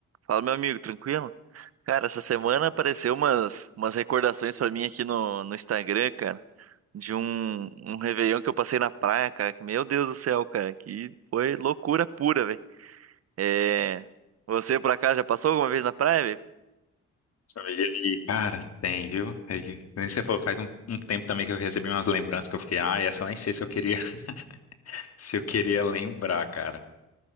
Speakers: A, on the right (about 55°); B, on the left (about 55°).
A: Fala, meu amigo, tranquilo? Cara, essa semana apareceu umas, umas recordações pra mim aqui no, no Instagram, cara, de um, um Réveillon que eu passei na praia, cara, que, meu Deus do céu, cara, que foi loucura pura, velho. É, você, por acaso, já passou alguma vez na praia, velho?
B: São Miguel e, cara, tem, viu? É que Nem você falou, faz um, um tempo também que eu recebi umas lembranças que eu fiquei, ah, essa eu nem sei se eu queria, <laughs> se eu queria lembrar, cara.